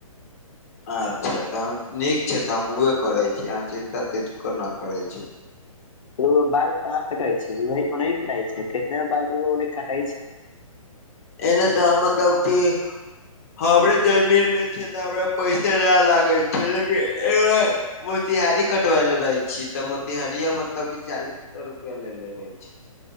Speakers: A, on the left; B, on the left.
A: अच्छा तऽ हम नीक छैय तऽ हम उहे करै छी अहाँ चिन्ता तनिको ने करै छी।
B: रौ बाल कहाँ कटाई छै, कटाइ छै नै के नै कटाइ छै कितना बाल रु कटाइ छै।
A: एने त हम मतलब कि हमरे जमीन में छै त हमरा पैसे ना लागै छै लेकिन एगो मोतिहारी कटबेले रहे छिअइ त मोतिहारिये मतलब कि चालीस गो रुपआ लेे रहे छी।